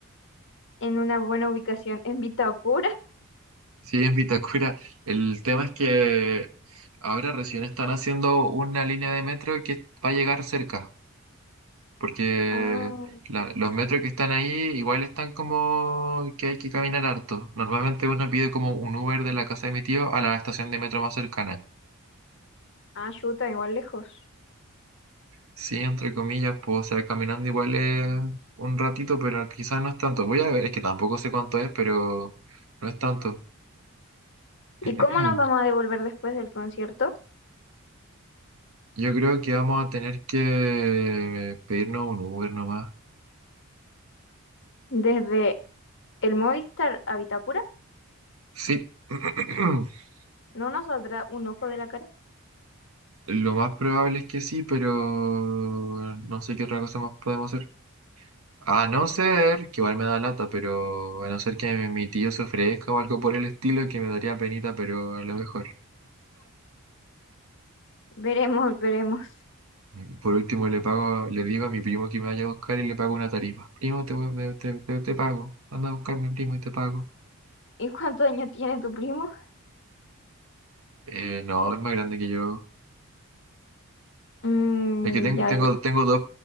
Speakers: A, on the left; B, on the right.
A: En una buena ubicación. ¿En Vitacura?
B: Sí, en Vitacura, el tema es que ahora recién están haciendo una línea de metro que va a llegar cerca. porque
A: Ah,
B: la- los metros que están ahí igual están como que hay que caminar harto. Normalmente uno pide como un Uber de la casa de mi tío a la estación de metro más cercana.
A: ah, chuta, igual lejos.
B: Sí, entre comillas, puedo ser caminando igual es un ratito, pero quizás no es tanto. Voy a ver, es que tampoco sé cuánto es, pero no es tanto.
A: ¿Y
B: <clears throat>
A: cómo nos vamos a devolver después del concierto?
B: Yo creo que vamos a tener que pedirnos un Uber nomás.
A: ¿Desde el Movistar a Vitacura?
B: Sí. <clears throat>
A: ¿No nos saldrá un ojo de la cara?
B: Lo más probable es que sí, pero no sé qué otra cosa más podemos hacer. A no ser, que igual me da lata, pero a no ser que mi, mi tío se ofrezca o algo por el estilo, que me daría penita, pero a lo mejor.
A: Veremos, <laughs> veremos.
B: Y Por último, le pago, le digo a mi primo que me vaya a buscar y le pago una tarifa. Primo, te, voy- me- te, te- te pago. Anda a buscarme, primo, y te pago.
A: ¿Y cuántos años tiene tu primo?
B: Eh, no, es más grande que yo.
A: Mm,
B: Es que tengo,
A: ya,
B: tengo,
A: ya.
B: tengo dos,